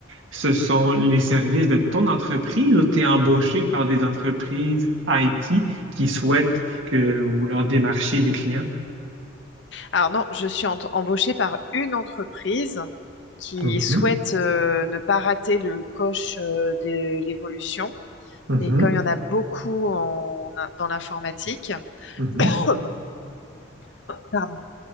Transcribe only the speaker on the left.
Alors non, je suis ent- embauchée par une entreprise qui
souhaite euh, ne pas rater le coche euh, de l'évolution.
Et comme il y en a beaucoup en- dans l'informatique, <coughs>
pardon,